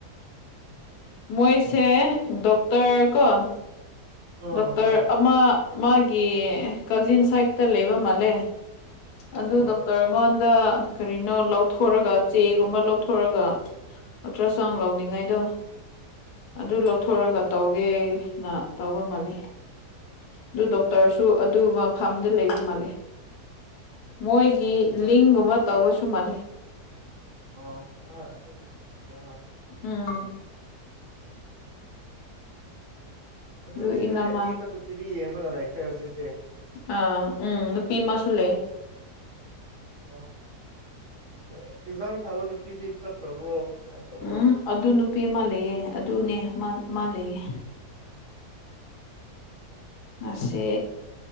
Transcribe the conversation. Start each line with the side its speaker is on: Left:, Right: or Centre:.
Left: ꯃꯣꯏꯁꯦ ꯗꯣꯛꯇꯔ ꯀꯣ
Right: ꯑꯣ
Left: ꯗꯣꯛꯇꯔ
Right: ꯍꯣꯏ
Left: ꯑꯃ ꯃꯥꯒꯤ ꯀꯖꯤꯟ ꯁꯥꯏꯠꯇ ꯂꯩꯕ ꯃꯥꯜꯂꯦ ꯑꯗꯨ
Right: ꯑꯣ
Left: ꯗꯣꯛꯇꯔ ꯑꯩꯉꯣꯟꯗ ꯀꯔꯤꯅꯣ ꯂꯧꯊꯣꯔꯒ ꯆꯦꯒꯨꯝꯕ ꯂꯧꯊꯣꯔꯒ ꯑꯜꯇ꯭ꯔꯥ ꯁꯥꯎꯟ ꯂꯧꯅꯤꯡꯉꯥꯏꯗꯣ ꯑꯗꯨ
Right: ꯎꯝ
Left: ꯂꯧꯊꯣꯔꯒ ꯇꯧꯒꯦꯅ ꯇꯧꯕ ꯃꯥꯜꯂꯤ ꯑꯗꯨ ꯗꯣꯛꯇꯔꯁꯨ ꯑꯗꯨ ꯃꯐꯝꯥꯝꯗ ꯂꯩꯕ ꯃꯥꯜꯂꯤ ꯃꯣꯏꯒꯤ ꯂꯤꯡꯒꯨꯝꯕ
Right: ꯈꯪ
Left: ꯇꯧꯕꯁꯨ ꯃꯥꯥꯟꯜꯂꯤꯩ
Right: ꯑꯣ ꯑ ꯍꯣꯏ ꯑꯗꯨꯒꯤ <unintelligible> ꯍꯣꯏ
Left: ꯎꯝ
Right: ꯑꯗꯨꯗꯤ
Left: ꯑꯗꯨ ꯏꯅꯝꯃ
Right: ꯅꯣꯏ ꯑꯅꯤꯈꯛꯇ ꯇꯤꯚꯤ ꯌꯦꯡꯕꯒ ꯂꯩꯈ꯭ꯔꯦ ꯍꯧꯖꯤꯛꯗꯤ
Left: ꯑ ꯎꯝ ꯅꯨꯄꯤ ꯑꯃꯁꯨ ꯂꯩ
Right: ꯑꯣ ꯑꯦꯛꯖꯥꯝ ꯊꯥꯕ ꯂꯄꯤꯗꯤ ꯆꯠꯈ꯭ꯔꯕ꯭ꯔꯣ ꯀꯃꯥꯏꯅ ꯇꯧꯕ꯭ꯔꯣ
Left: ꯎꯝ ꯑꯗꯨ ꯅꯨꯄꯤ ꯑꯃ ꯂꯩꯌꯦ ꯑꯗꯨꯅꯦ ꯃꯥ ꯃꯥ ꯂꯩꯌꯦ
Right: ꯎꯝ ꯍꯝ
Left: ꯃꯁꯦ